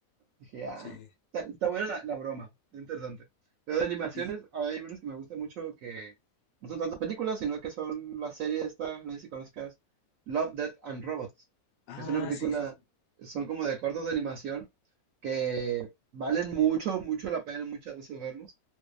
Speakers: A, on the right; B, on the left.
A: Dije, ah,
B: sí.
A: está, está buena la, la broma, está interesante. Pero de animaciones,
B: Y,
A: hay unas que me gustan mucho que no son tanto películas, sino que son las series esta, no sé si conozcas, Love, Death and Robots,
B: ah,
A: que es una película,
B: sí, sí.
A: son como de cortos de animación que valen mucho, mucho la pena muchas veces verlos.